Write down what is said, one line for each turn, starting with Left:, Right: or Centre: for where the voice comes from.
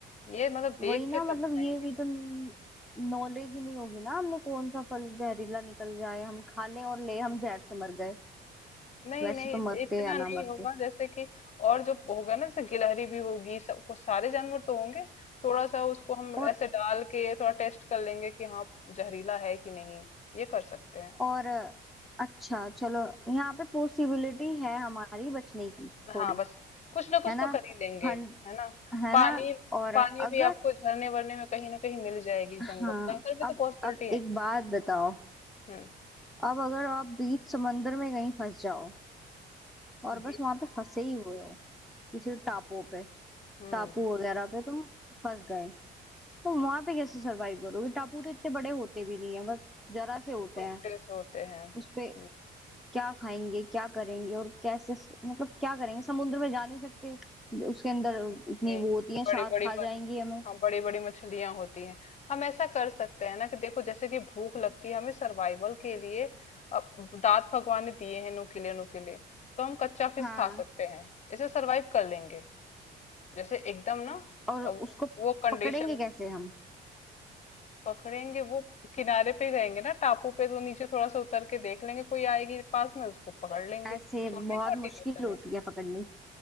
Left: ये मतलब
Centre: वही
Left: देख
Centre: ना
Left: के तब
Centre: मतलब
Left: खाएंगे
Centre: ये भी तो नॉलेज नहीं होगी ना हमने कौन सा फल जहरीला निकल जाए हम खा लें और ले हम जहर से मर गए
Left: नहीं
Centre: वैसे
Left: नहीं
Centre: तो
Left: इत-
Centre: मरते
Left: इतना
Centre: या
Left: नहीं
Centre: ना मरते
Left: होगा जैसे कि और जो होगा ना जैसे गिलहरी भी होगी सबको सारे जानवर तो होंगे थोड़ा सा उसको हम
Centre: और
Left: ऐसे डाल के थोड़ा टेस्ट कर लेंगे कि हाँ जहरीला है कि नहीं ये कर सकते हैं
Centre: और अच्छा चलो यहाँ पे पॉसिबिलिटी है हमारी बचने की थोड़ी
Left: हाँ बस कुछ ना कुछ
Centre: है ना
Left: तो कर ही लेंगे
Centre: हन,
Left: है ना
Centre: है
Left: पानी
Centre: ना और
Left: पानी भी
Centre: अगर
Left: आपको झरने वरने में कहीं ना कहीं मिल जाएगी जंगल
Centre: हाँ
Left: जंगल में
Centre: अब
Left: तो पॉसिबिलिटी
Centre: अब
Left: है
Centre: एक बात बताओ
Left: हम्म
Centre: अब अगर आप बीच समंदर में कहीं फंस जाओ और
Left: बी-
Centre: बस वहां पे फंसे ही हुए हो किसी टापू पे
Left: हुँ,
Centre: टापू
Left: हुँ,
Centre: वगैरह पे तुम फंस गए तो वहां पे कैसे सरवाइव करोगे टापू तो इतने बड़े होते भी नहीं है बस जरा से होते
Left: छोटे
Centre: हैं
Left: से होते हैं।
Centre: उसपे
Left: हुँ,
Centre: क्या खाएंगे क्या करेंगे और कैसे मतलब क्या करेंगे समुद्र में जा नहीं सकते उसके अंदर
Left: इनमें
Centre: इतनी वो होती है शार्क
Left: बड़ी-बड़ी
Centre: खा जाएंगी
Left: म
Centre: हमें
Left: हाँ, बड़ी-बड़ी मछलियाँ होती हैं। हम ऐसा कर सकते हैं ना कि देखो जैसे कि भूख लगती है हमें सर्वाइवल के लिए अ, दाँत भगवान ने दिए हैं नुकीले-नुकीले, तो हम कच्चा फिश
Centre: हाँ
Left: खा सकते हैं। इसे सर्वाइव कर लेंगे। जैसे एकदम ना
Centre: और
Left: अ, वो
Centre: उसको
Left: वो कंडीशन
Centre: पकड़ेंगे कैसे हम
Left: पकड़ेंगे वो किनारे पे ही रहेंगे ना टापू पे तो नीचे थोड़ा-सा उतर के देख लेंगे कोई आएगी पास में उसको पकड़ लेंगे।
Centre: ऐसे
Left: छोटी-छोटी
Centre: बहुत मुश्किल
Left: मछलियाँ
Centre: होती है पकड़नी